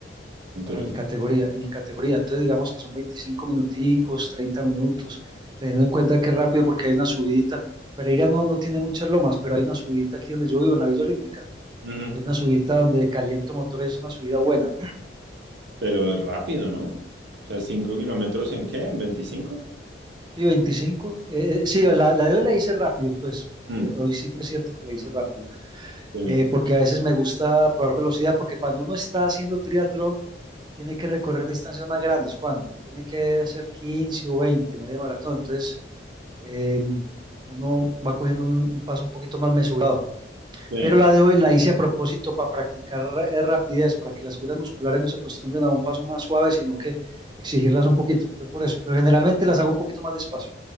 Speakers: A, on the right (about 70°); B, on the right (about 25°).
A: Interesante.
B: para mi categoría, en mi categoría. Entonces digamos que son 25 minuticos, 30 minutos, teniendo en cuenta que es rápido porque hay una subidita. Pereira no, no tiene muchas lomas, pero hay una subidita aquí donde yo vivo, en la Villa Olímpica.
A: Ujú.
B: Hay una subidita donde caliento motores, es una subida buena.
A: Pero es rápido, ¿no? O sea, ¿cinco kilómetros en qué? ¿En veinticinco
B: Sí, veinticinco eh, eh, sí, la, la de hoy la hice rápido, pues, porque
A: Mm,
B: hoy sí fue cierto que la hice rápido.
A: Sí,
B: Eh, porque a veces me gusta probar velocidad, porque cuando uno está haciendo triatlón, tiene que recorrer distancias más grandes, Juan. Tiene que hacer 15 o veinte media maratón. Entonces, eh, uno va cogiendo un, un paso un poquito más mesurado.
A: sí.
B: Pero la de hoy la hice a propósito para practicar eh, rapidez, para que las fibras musculares no se acostumbren a un paso más suave, sino que exigirlas un poquito. Fue por eso. Pero generalmente las hago un poquito más despacio.